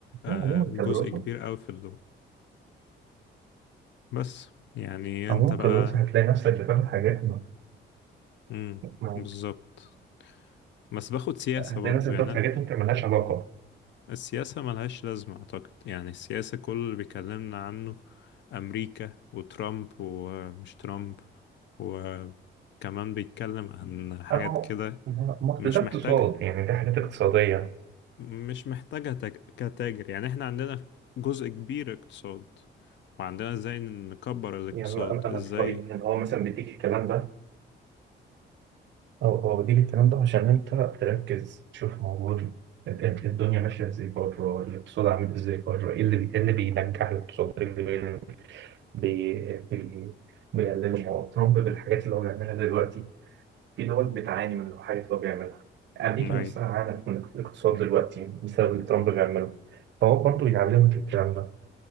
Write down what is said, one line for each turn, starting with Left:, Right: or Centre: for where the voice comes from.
Left: آه،
Right: عموما
Left: جزء
Right: كدراسه
Left: كبير قوي في اللغة بس يعني
Right: عموما
Left: انت بقى
Right: كدراسه هتلاقي نفسك بتاخد حاجات ما.
Left: مم.
Right: ما-
Left: بالظبط بس باخد سياسة
Right: هتلاقي
Left: برضو
Right: نفسك
Left: يعني
Right: بتاخد
Left: أنا
Right: حاجات انت مالهاش علاقه
Left: السياسة ملهاش لازمة أعتقد يعني السياسة كل اللي بيكلمنا عنه أمريكا وترامب ومش ترامب وكمان بيتكلم عن حاجات
Right: أما
Left: كده
Right: ما
Left: مش
Right: أصل ده اقتصاد
Left: محتاجة
Right: يعني ده حاجات اقتصاديه
Left: مش محتاجة تج- كتاجر يعني احنا عندنا جزء كبير اقتصاد وعندنا ازاي نكبر الاقتصاد
Right: يعني انا انا
Left: ازاي
Right: أنا في رايي ان هو مثلا بيديك الكلام ده أو أو دي الكلام ده عشان أنت تركز تشوف موجود ال- الدنيا ماشية إزاي بره الاقتصاد عامل إزاي بره إيه اللي بي- إيه اللي بينجح الاقتصاد إيه اللي بي- بي- بي- بيقلله ما هو ترامب بالحاجات اللي هو بيعملها دلوقتي في دول بتعاني من الحاجات اللي هو بيعملها أمريكا
Left: اي
Right: نفسها عانت من الاقتصاد دلوقتي بسبب اللي ترامب بيعمله فهو برضه بيعلمك الكلام ده